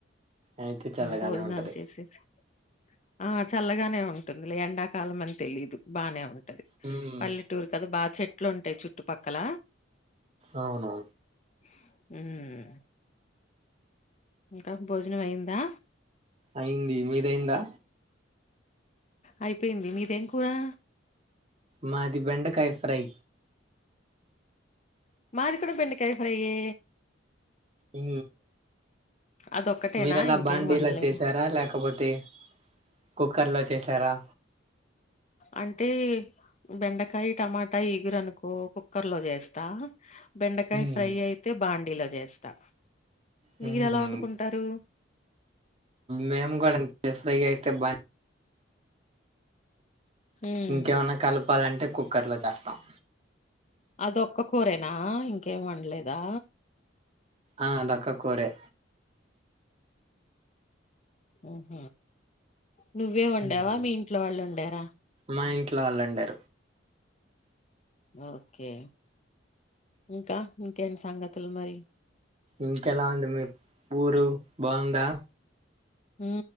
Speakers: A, on the right; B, on the left.
A: అయితే చల్లగానే
B: భోజనాలు
A: ఉంటది.
B: చేసేసి ఆ చల్లగానే ఉంటుంది ఎండాకాలం అని తెలిదు బాగానే ఉంటుంది ది
A: హ్మ్.
B: పల్లెటూరు కదా బాగా చెట్లు ఉంటాయి చుట్టుపక్కల
A: అవును
B: హ్మ్మ్ ఇంకా భోజనం అయ్యిందా
A: అయింది మీదయిందా
B: అయిపోయింది మీది ఏమి కూరా
A: మాది బెండకాయ ఫ్రై
B: మాది కూడ బెండకాయ ఫ్రైయే
A: ఊ
B: అదొక్కటేనా
A: మీరెలా
B: ఇంకేం
A: బాండీలో
B: వండలేదా
A: చేసారా లేకపోతే కుక్కర్ లో చేసారా
B: అంటే బెండకాయ టమాటా ఈగురనుకో కుక్కర్ లో చేస్తా బెండకాయ
A: హ్మ్.
B: ఫ్రై అయితే బాండీలో చేస్తా
A: హుహు.
B: మీరు ఎలా వండుకుంటారూ
A: మేము గూడా అంతే ఫ్రై అయితే బా
B: ఉమ్
A: ఇంకేమన్నా కలపాలంటే కుక్కర్ లో చేస్తాం
B: అదొక్క కూరేనా ఇంకేం వండలేదా
A: ఆ అదక్క కూరే
B: ఆహ నువ్వే వండావా
A: హ్మ్.
B: మీ ఇంట్లో వాళ్ళు వండార
A: మా ఇంట్లో వాళ్ళండారు
B: ఓకే ఇంకా ఇంకేంటి సంగతులు మరి
A: ఇంకెలా ఉంది మీ ఊరు బావుందా
B: హూ